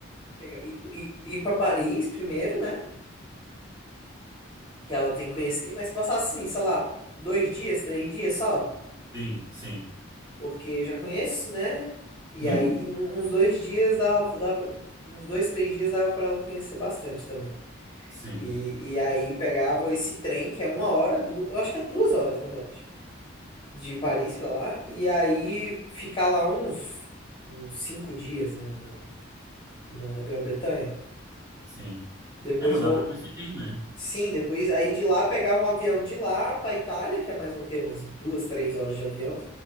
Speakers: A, on the left; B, on the right.
A: chegar, e e- ir para Paris primeiro, né? Que ela tem que conhecer, mas passar assim, sei lá, dois dias, três dias só,
B: sim. Sim,
A: porque já conheço, né? E
B: <laughs>
A: aí num- uns dois dias dava, dava, uns dois, três dias dava para ela conhecer bastante também.
B: sim.
A: E, e aí pegava esse trem, que é uma hora, du- eu acho que é duas horas, na verdade. de Paris pra lá, e aí ficar lá uns, uns cinco dias na, na, na Grã-Bretanha.
B: sim.
A: Depois
B: É, não
A: vou.
B: dá pra conhecer bem, né?
A: Sim, depois aí de lá pegava um avião de lá pra Itália, que é mais um, o quê? Umas duas, três horas de avião.